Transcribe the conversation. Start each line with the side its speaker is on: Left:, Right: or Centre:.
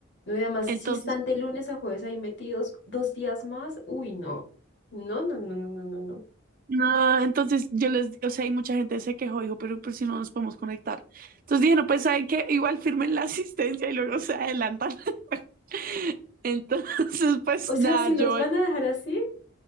Left: No, y además,
Right: Entonces,
Left: si están de lunes a jueves ahí metidos dos días más, uy, no. No, no, no, no, no, no, no.
Right: no entonces yo les, o sea, hay mucha gente se quejó, dijo, pero, pero si no nos podemos conectar. Entonces dije, no, pues saben que igual firmen la asistencia y luego se adelantan. <laughs> Entonces, pues
Left: O sea,
Right: nada,
Left: si
Right: yo
Left: los van a dejar así,